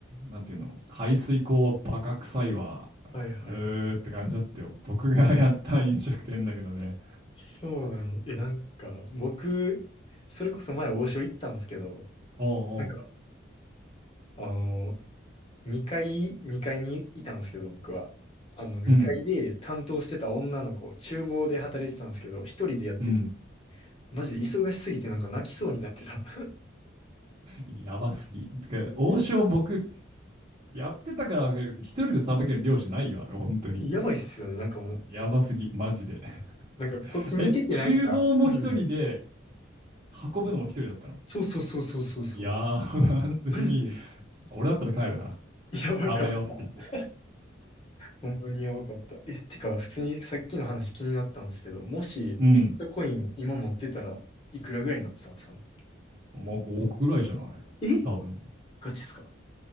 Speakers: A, on the right; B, on the left.
A: なんていうの、排水口はバカ臭いわ、
B: はいはいはい。
A: うーって感じだったよ。僕がやった飲食店だけどね。
B: そうなの。え、なんか、僕、それこそ前王将行ったんですけど、
A: おうおう。
B: なんか、あの2階、2階にいたんですけど、僕は。あの、2階で担当してた女の子、
A: うん、
B: 厨房で働いてたんですけど、一人でやってて、
A: うん。
B: マジで忙しすぎてなんか泣きそうになってた。
A: やばすぎ。てか、
B: <laughs>
A: 王将僕、やってたからわかるけど、一人でさばける量じゃないよ、あれ、本当に。
B: やばいっすよね、なんかもう。
A: やばすぎ、マジで。<laughs>
B: なんかこっち見ててなんか、
A: え、厨房も一人で、
B: うん。
A: 運ぶのも一人だったの。
B: そうそうそうそうそうそう。
A: やばすぎ。
B: マジで、
A: 俺だったら帰るな。
B: やばかった。
A: あばよって言って。
B: ほんまにやばかった。え、てか、普通にさっきの話気になったんですけど、もしビットコイン今持ってたらいくらぐらいになってたんですかね。
A: うん。まあ5億ぐらいじゃない多分。
B: えガチっすか